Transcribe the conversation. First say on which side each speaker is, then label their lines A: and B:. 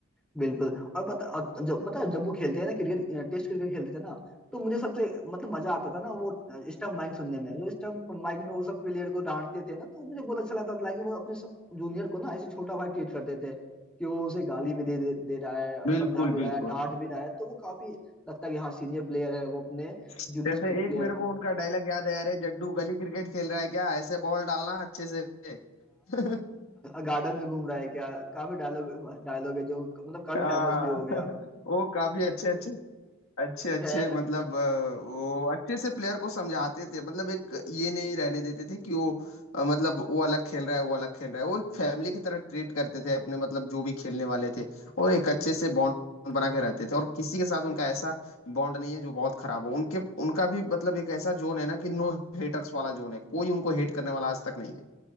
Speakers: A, in the centre; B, on the left.
A: बिल्कुल और पता और जब पता है जब वो खेलते हैं ना क्रिकेट टेस्ट क्रिकेट खेलते थे ना तो मुझे सबसे मतलब मजा आता था ना वो स्टंप माइक सुनने में जो स्टंप माइक में वो सब प्लेयर को डांटते थे ना तो मुझे बहुत अच्छा लगता था लाइक वो अपने सब जूनियर को ना ऐसे छोटा भाई ट्रीट करते थे कि वो उसे गाली भी दे दे, दे रहा है
B: बिल्कुल
A: समझा भी रहा
B: बिल्कुल
A: है डांट भी रहा है तो वो काफी लगता है कि हाँ सीनियर प्लेयर है वो अपने
B: जैसे
A: जूनियर प्लेयर
B: एक मेरे को उनका डायलॉग याद है अरे जड्डू गली क्रिकेट खेल रहा है क्या ऐसे बॉल डालना अच्छे से <laughs>
A: गार्डन में घूम रहा है क्या काफी डायलॉग डायलॉग है जो मतलब काफी
B: हाँ
A: फेमस भी हो गया
B: <laughs> वो काफी अच्छे अच्छे अच्छे अच्छे
A: खैर
B: मतलब अ, वो अच्छे से प्लेयर को समझाते थे मतलब एक ये नहीं रहने देते थे कि वो अ, मतलब वो अलग खेल रहा है वो अलग खेल रहा है वो एक फैमिली की तरह ट्रीट करते थे अपने मतलब जो भी खेलने वाले थे और एक अच्छे से बॉन्ड बना के रहते थे और किसी के साथ उनका ऐसा बॉन्ड नहीं है जो बहुत खराब हो उनके उनका भी मतलब एक ऐसा जोन है ना कि नो हेटर्स वाला जोन है कोई उनको हेट करने वाला आज तक नहीं है